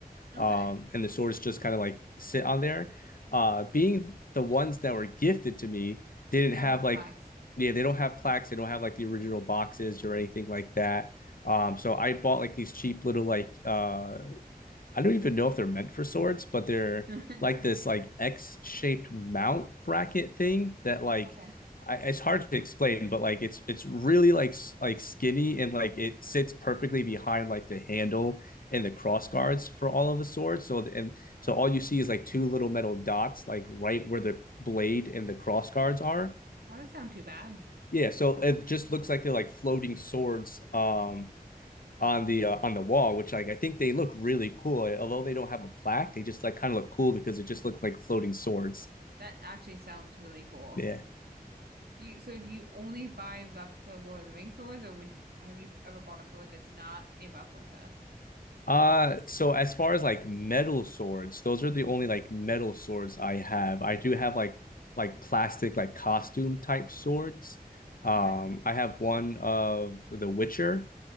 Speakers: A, on the right; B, on the left.
A: Okay.
B: um, and the swords just kind of like sit on there. Uh, being the ones that were gifted to me didn't
A: They
B: have
A: don't have
B: like
A: plaques.
B: yeah they don't have plaques they don't have like the original boxes or anything like that. Um, so I bought like these cheap little like uh I don't even know if they're meant for swords, but they're
A: <laughs>
B: like this like X-shaped mount bracket thing that like
A: Okay.
B: I, it's hard to explain, but like it's it's really like like skinny and like it sits perfectly behind like the handle and the cross guards for all of the swords. So and so all you see is like two little metal dots like right where the blade and the cross guards are.
A: Oh, that doesn't sound too bad.
B: Yeah, so it just looks like they're like floating swords um on the uh, on the wall, which like I think they look really cool. Although they don't have a plaque, they just like kind of look cool because it just looked like floating swords.
A: That actually sounds really cool.
B: Yeah.
A: Do you, so do you only buy replica Lord of the Rings swords or would, have you ever bought a sword that's not a replica?
B: Uh so as far as like metal swords, those are the only like metal swords I have. I do have like like plastic like costume type swords. Um
A: Okay.
B: I have one of The Witcher.